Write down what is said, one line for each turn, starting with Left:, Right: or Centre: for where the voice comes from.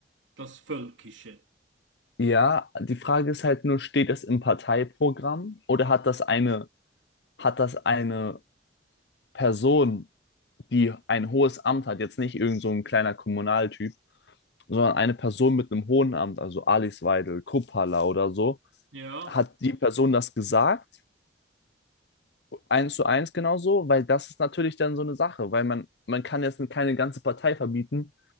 Right: das Völkische.
Left: ja, die Frage ist halt nur, steht das im Parteiprogramm oder hat das eine, hat das eine Person die ein hohes Amt hat, jetzt nicht irgend so ein kleiner Kommunaltyp, sondern eine Person mit einem hohen Amt, also Alice Weidel, Kuppala oder so,
Right: Ja,
Left: hat die Person das gesagt, eins zu eins genauso, weil das ist natürlich dann so eine Sache, weil man, man kann jetzt keine ganze Partei verbieten,